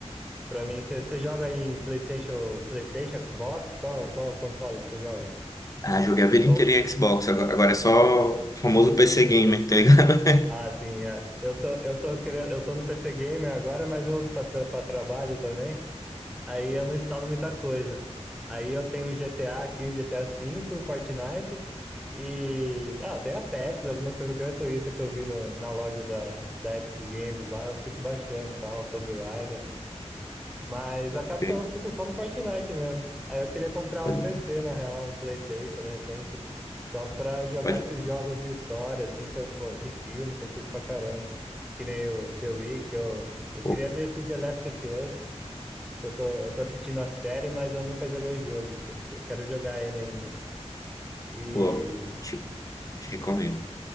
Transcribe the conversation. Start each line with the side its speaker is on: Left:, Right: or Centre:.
Centre: Pra mim, você você joga em PlayStation, PlayStation, Xbox? Qual, qual console que você joga?
Left: Ah, joguei a vida inteira
Centre: Ou...
Left: em Xbox. Agora agora é só o famoso PC Gamer, tá ligado?
Centre: Ah, sim, é. Eu tô, eu tô querendo, eu tô no PC Gamer agora, mas eu uso pra, tra pra trabalho também. Aí eu não instalo muita coisa. Aí eu tenho o GTA aqui, o GTA V, o Fortnite e. Ah, tem Apex, algumas coisas gratuitas que eu vi no, na loja da, da Epic Games lá, eu fico baixando e tal, Tomb Raider. Mas acaba
Left: <laughs>
Centre: que eu fico só no Fortnite mesmo. Aí eu queria comprar
Left: Pode,
Centre: um PC, na real, um PlayStation, de repente, só pra jogar
Left: pode.
Centre: esses jogos de história, assim, que eu, pô, de filme, que eu curto pra caramba. Que nem o The Witcher, eu, eu
Left: Pô,
Centre: queria ver esse The Last of Us que eu tô, eu tô assistindo a série, mas eu nunca joguei o jogo. que Eu eu quero jogar ele ainda. E,
Left: pô, te, te recomendo.